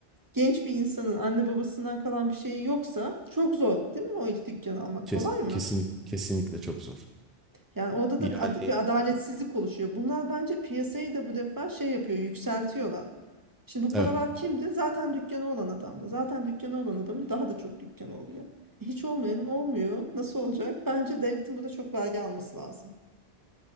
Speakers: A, on the right; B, in the centre.
A: genç bir insanın anne babasından kalan bir şeyi yoksa çok zor değil mi? O ilk dükkanı almak
B: Kes,
A: kolay mı?
B: kesinlik, kesinlikle çok zor.
A: Yani orada
B: Yani
A: da bir ad- bir adaletsizlik oluşuyor. Bunlar bence piyasayı da bu defa şey yapıyor, yükseltiyorlar. Şimdi bu paralar
B: evet.
A: kimdi? Zaten dükkanı olan adamdı. Zaten dükkanı olan adamın daha da çok dükkanı oluyor. E, Hiç olmayanın olmuyor. Nasıl olacak? Bence devletin burada çok vergi alması lazım.